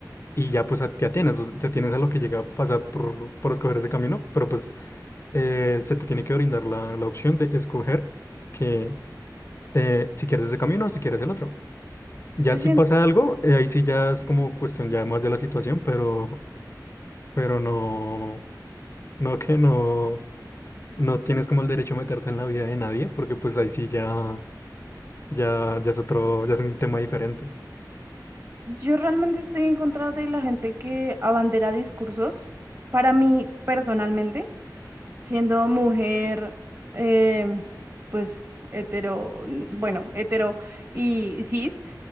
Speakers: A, on the left; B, on the right.
A: y ya pues a- te atienes, o sea, te atienes a lo que llega a pasar por, por escoger ese camino, pero pues eh, se te tiene que brindar la, la opción de escoger que eh, si quieres ese camino o si quieres el otro. Ya
B: Yo
A: si
B: sien-
A: pasa algo, eh, ahí sí ya es como cuestión ya más de la situación, pero, pero no, no que no, no tienes como el derecho a meterte en la vida de nadie, porque pues ahí sí ya, ya, ya es otro, ya es un tema diferente.
B: yo realmente estoy en contra de la gente que abandera discursos. Para mí, personalmente, siendo mujer, em, pues hetero, n- bueno, hetero y cis,